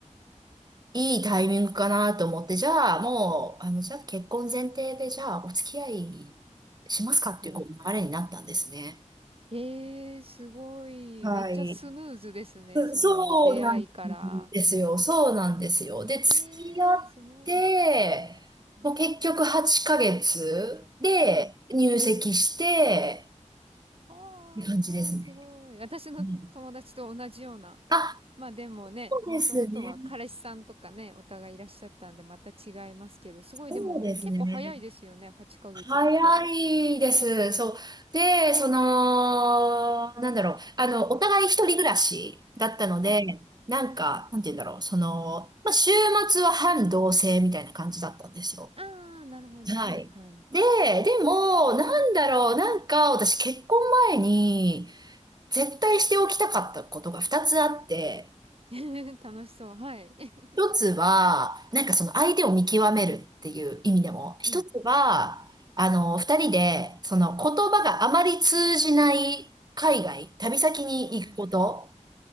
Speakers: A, on the right; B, on the right.
A: いいタイミングかなと思って、じゃあ、もう、あの、じゃあ結婚前提で、じゃあ、お付き合いしますかっていう、
B: おう。
A: こう、流れになったんですね。
B: ええー、すごい。
A: はい。
B: めっちゃスムーズですね。
A: そそうなん
B: その出会いから。
A: ですよ。そうなんですよ。で、付き合って、
B: ええー、すごい。うん。
A: もう結局8ヶ月で入籍して、
B: うんああ、
A: って感じですね。
B: すごい。私の友達と同じような。
A: うんあ、
B: まあでもね、
A: そうですね。
B: もともとは彼氏さんとかね、お互いいらっしゃったんで、また違いますけど、すごいでも結構早いですよね。
A: そうですね。
B: 8ヶ月だったら。
A: 早いです。そう。で、その、なんだろう。あの、お互い一人暮らしだったので、
B: はい。
A: なんか、なんて言うんだろう。その、まあ、週末は半同棲みたいな感じだったんですよ。
B: ああ、なるほど。
A: はい。
B: はいはい。
A: で、でも、なんだろう、なんか、私結婚前に、絶対しておきたかったことが二つあって、
B: <laughs> 楽しそう。はい。<laughs>
A: 一つは、なんかその相手を見極めるっていう意味でも、一つは、
B: うん。
A: あの、二人で、その言葉があまり通じない海外、旅先に行くこと。
B: おう